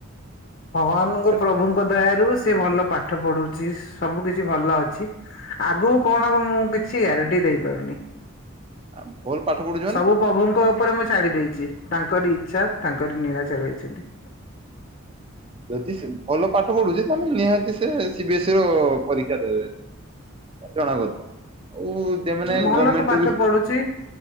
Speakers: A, on the left; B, on the right.
A: ଭଗବାନଙ୍କ
B: ସେ
A: ପ୍ରଭୁଙ୍କ ଦୟାରୁ ସେ ଭଲ ପାଠ ପଢୁଚି ସବୁ କିଛି ଭଲ ଅଛି। ଆଗକୁ କଣ ହବ ମୁଁ କିଛି ଗ୍ୟାରେଣ୍ଟି ଦେଇ ପାରୁନି।
B: <unintelligible> ଭଲ୍ ପାଠ ପଢୁ
A: ସବୁ ପ୍ରଭୁଙ୍କ ଉପରେ ମୁଁ ଛାଡି ଦେଇଚି ତାଙ୍କର ଇଚ୍ଛା ତାଙ୍କର ନୀଳା ଚଲେଇଚନ୍ତି।
B: ଯଦି ସେ ଭଲ ପାଠ ପଢୁଚି ତାହେଲେ ନିହାତି ସେ ସି ବିି ଏସ୍ ଇ ର ପରୀକ୍ଷା ଦେବେ। ଜଣା କଥା ଆଉ ଯେମାନେ
A: ଭଲ
B: ଗଭର୍ଣ୍ଣମେଣ୍ଟ
A: ତ ପାଠ
B: ର ବି
A: ପଢୁଚି।